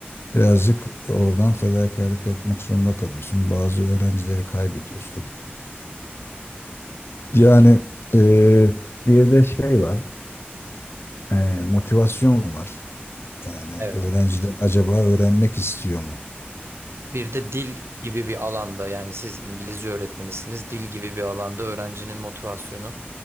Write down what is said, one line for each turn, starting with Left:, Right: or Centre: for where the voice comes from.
Left: Birazcık oradan fedakarlık yapmak zorunda kalıyorsun. Bazı öğrencileri kaybediyorsun. Yani eee, bir de şey var, eee, motivasyon var. Yani
Right: Evet.
Left: öğrenciler acaba öğrenmek istiyor mu?
Right: Bir de dil gibi bir alanda yani siz İngilizce öğretmenisiniz. Dil gibi bir alanda öğrencinin motivasyonu